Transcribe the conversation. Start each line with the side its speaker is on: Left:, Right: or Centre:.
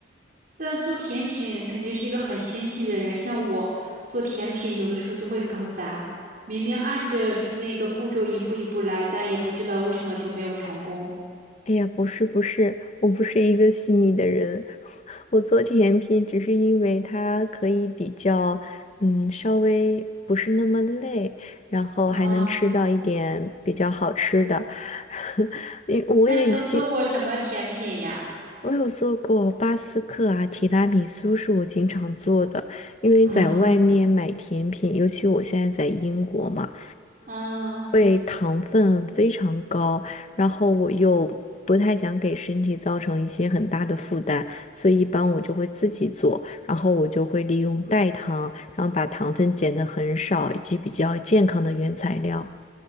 Right: 但做甜品肯定是一个很纤细的人，像我做甜品，有的时候就会搞砸，明明按着那个步骤一步一步来，但也不知道为什么就没有成功。
Left: 哎呀，不是不是，我不是一个细腻的人，<laughs> 我做甜品只是因为它可以比较，嗯，稍微不是那么累，然后还能吃到一点比较好吃的。
Right: 啊。
Left: <laughs> 因我也已经，
Right: 那你都做过什么甜品呀？
Left: 我有做过巴斯克啊，提拉米苏是我经常做的，因为在外面买甜品，
Right: 啊，
Left: 尤其我现在在英国嘛。
Right: 嗯，
Left: 会糖分非常高，然后我又不太想给身体造成一些很大的负担，所以一般我就会自己做，然后我就会利用代糖，然后把糖分减的很少，以及比较健康的原材料。